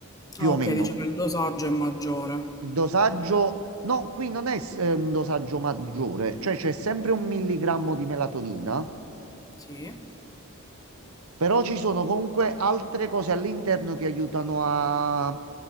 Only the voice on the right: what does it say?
più
o
meno.
Il dosaggio, no, qui non è, eh, un dosaggio maggiore, cioè c'è sempre un milligrammo di melatonina.
Però ci sono comunque altre cose all'interno che aiutano a